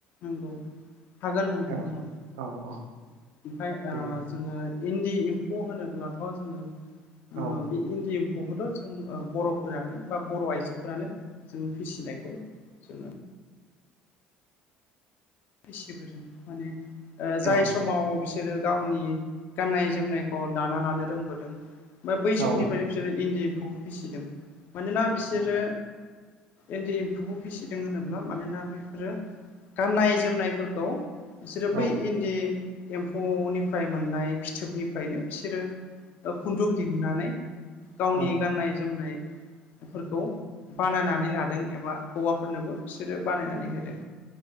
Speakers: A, on the left; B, on the right.
A: नंगौ हागोन नोंथां
B: औ
A: ओमफ्राय
B: औ औ दे
A: जोङो इन्दि एम्फौ होनोब्लाथ' जोङो
B: औ
A: बे इन्दि एम्फौखौथ' जों बर'फोरानो बा बर' आइजोफोरानो जों फिसिनायखौ जोङो फसिबोदों माने जाय
B: औ
A: समाव बिसोरो गावनि गाननाय जोमनायखौ दाना लानो रोंबोदों बा बै समनिफ्रायनो
B: औ
A: बिसोरो इन्दि एम्फौखौ फिसिदों मानोना बिसोरो
B: औ
A: इन्दि एम्फौखौ फिसिदों होनोब्ला मानोना बेफोरो गाननाय जोमनायफोरखौ बिसोरो
B: औ
A: बै इन्दि एम्फौनिफ्राय मोननाय फिथोबनिफ्रायनो बिसोरो खुन्दुं दिहुनन्नानै गावनि
B: औ
A: गाननाय जोमनाय फोरखौ बानायनानै लादों एबा हौवाफोरनोबो बिसोरो बानायनानै होदों